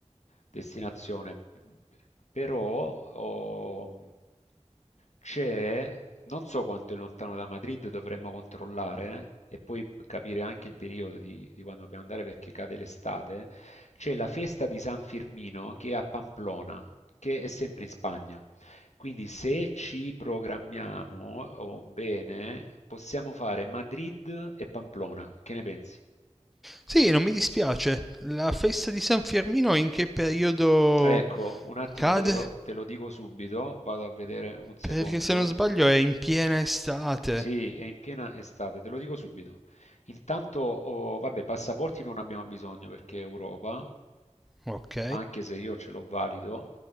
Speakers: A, on the left; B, in the centre.
A: destinazione, p- p- però ho- c'è, non so quanto è lontano da Madrid, dovremmo controllare eh, e poi capire anche il periodo di, di quando dobbiamo andare perché cade l'estate, eh. c'è la festa di San Firmino che è a Pamplona, che è sempre in Spagna. Quindi se ci programmiamo oh, bene, possiamo fare Madrid e Pamplona. Che ne pensi?
B: Sì, non mi dispiace. La festa di San Firmino in che periodo
A: Ecco, un attimo
B: cade?
A: che te lo, te lo dico subito, vado a vedere un secondo.
B: Perché se non sbaglio è in piena estate.
A: Sì, è in piena estate, te lo dico subito. Intanto, oh, vabbè, passaporti non abbiamo bisogno perché è Europa,
B: Ok.
A: anche se io ce l'ho valido.